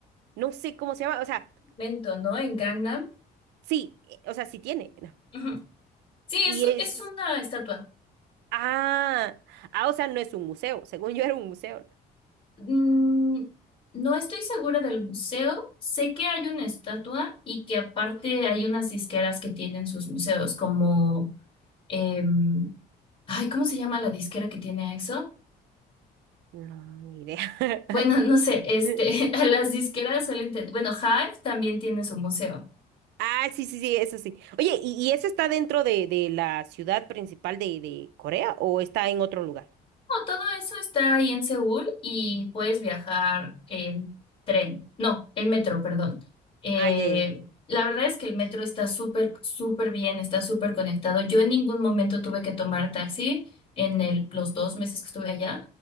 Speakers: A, on the right; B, on the left.
A: No sé cómo se llama, o sea,
B: Mento, ¿no? En Gangnam.
A: sí, eh, o sea, sí tiene. ¿no?
B: Ujú. Sí, es,
A: Y es,
B: es una estatua.
A: ah, ah, o sea, no es un museo, según yo era un museo.
B: Mm, no estoy segura del museo. Sé que hay una estatua y que aparte hay unas disqueras que tienen sus museos, como... em, ay, ¿cómo se llama la disquera que tiene a EXO?
A: No, No, ni idea.
B: Bueno, no sé, este,
A: <laughs>
B: <laughs> a las disqueras suelen tener, bueno, Hive también tiene su museo.
A: Ah, sí, sí, sí, eso sí. Oye, ¿y, y eso está dentro de, de la ciudad principal de, de Corea o está en otro lugar?
B: No, todo eso está ahí en Seúl y puedes viajar en tren, no, en metro, perdón. Eh,
A: Ah, ya, ya. ya.
B: la verdad es que el metro está súper, súper bien, está súper conectado. Yo en ningún momento tuve que tomar taxi en el- los dos meses que estuve allá,